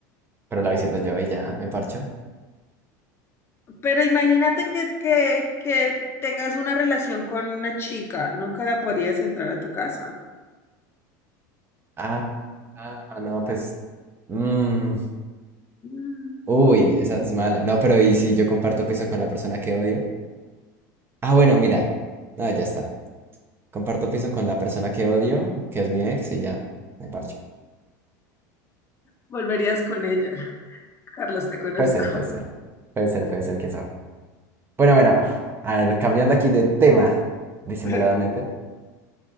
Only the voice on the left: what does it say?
Pero imagínate que, que, que tengas una relación con una chica, nunca la podrías entrar a tu casa.
Mm,
Volverías con ella. <laughs> Carlos, te conozco.
<laughs>
Ok.